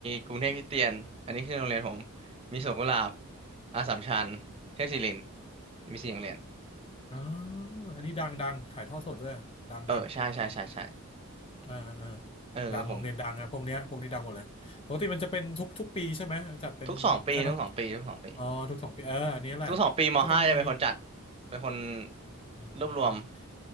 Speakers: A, on the right (about 25°); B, on the left (about 25°).
A: กรุงเทพคริสเตียนอันนี้คือโรงเรียนผมมีสวนกุหลาบอัสสัมชัญเทพศิรินทร์มีสี่โรงเรียน
B: อ๋ออันนี้ดังดังถ่ายทอดสดด้วยดังดัง
A: เออใช่ใช่ใช่ใช่
B: อ่าอ่า
A: เออผม
B: ดังโรงเรียนดังอะพวกเนี้ยพวกนี้ดังหมดเลยปกติมันจะเป็นทุกทุกปีใช่ไหมจัดเป็นใช่ไหม
A: ทุกสองปีทุกสองปีทุกสองปี
B: อ๋อทุกสองปีเอออันนี้แหละมันก็จะมี
A: ทุกสองปีมห้าจะเป็นคนจัดเป็นคน
B: อืม
A: รวบรวม